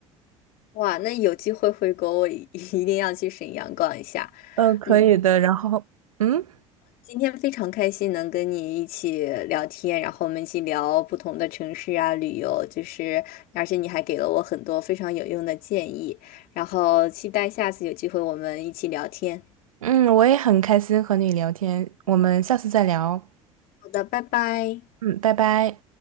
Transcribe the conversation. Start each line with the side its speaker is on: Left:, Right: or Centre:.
Left: 哇，那有机会回国，我一 <laughs> 一定要去沈阳逛一下。
Right: 嗯，可以的。
Left: 嗯，
Right: 然后，嗯。
Left: 今天非常开心能跟你一起聊天，然后我们一起聊不同的城市啊，旅游，就是而且你还给了我很多非常有用的建议，然后期待下次有机会我们一起聊天。
Right: 嗯，我也很开心和你聊天，我们下次再聊。
Left: 好的，拜拜。
Right: 嗯，拜拜。